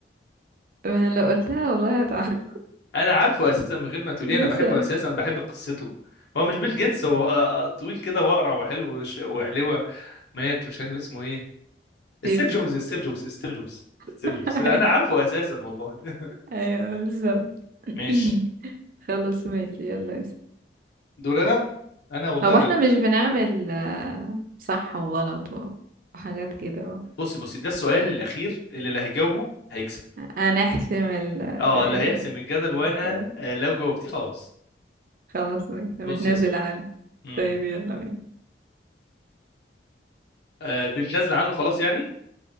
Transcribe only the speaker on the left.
انا عارفه اساسا من غير ما تقولي
انا
بحبه اساسا بحب قصته هو مش بيل جيتس هو آه، آه، طويل كده واقرع وحلو وش- وحلوه مات مش فاكر اسمه ايه
ستيف جوبز ستيف جوبز ستيف جوبز
ستيف جوبز انا عارفه اساسا والله <laughs>
ماشي
دور انا انا والله
غلبان
بصي بصي ده السؤال الاخير اللي اللي هيجاوبه هيكسب
اه
اللي هيحسم الجدل وانا
آه، لو جاوبتيه خلاص
بص
يا ست
امم
آه بنتنازل عنه خلاص يعني